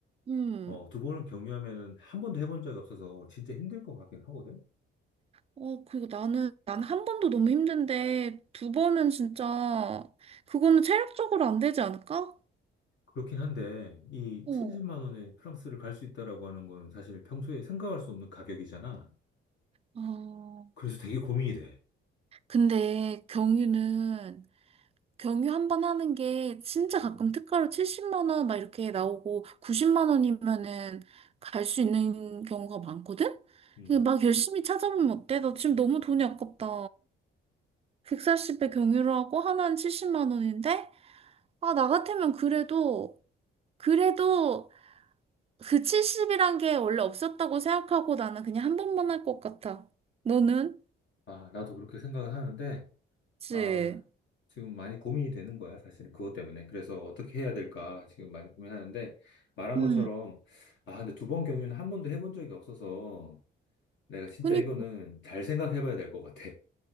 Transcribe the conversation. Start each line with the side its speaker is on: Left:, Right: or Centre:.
Right: 음.
Left: 어, 두 번을 경유하면은 한 번도 해본 적이 없어서 진짜 힘들 것 같긴 하거든.
Right: 어, 그리고 나는, 난 한 번도 너무 힘든데, 두 번은 진짜, 그거는 체력적으로 안 되지 않을까?
Left: 그렇긴 한데, 이
Right: 어.
Left: 70만 원에 프랑스를 갈 수 있다라고 하는 거는 사실 평소에 생각할 수 없는 가격이잖아.
Right: 아,
Left: 그래서 되게 고민이 돼.
Right: 근데 경유는 경유 한 번 하는 게 진짜 가끔 특가로 70만 원 막 이렇게 나오고 90만 원이면은 갈 수 있는 경우가 많거든?
Left: 음.
Right: 근데 막 열심히 찾아보면 어때? 나 지금 너무 돈이 아깝다. 140배 경유를 하고 하나는 70만 원인데? 아, 나 같으면 그래도, 그래도 그 70이란 게 원래 없었다고 생각하고 나는 그냥 한 번만 할 것 같아. 너는?
Left: 아, 나도 그렇게 생각을 하는데,
Right: 그치?
Left: 아, 지금 많이 고민이 되는 거야, 사실은 그것 때문에. 그래서 어떻게 해야 될까 지금 많이 고민하는데, 말한
Right: 응
Left: 것처럼, 아, 근데 두 번 경유는 한 번도 해본 적이 없어서, 내가 진짜
Right: 그니
Left: 이거는 잘 생각해 봐야 될 것 같아.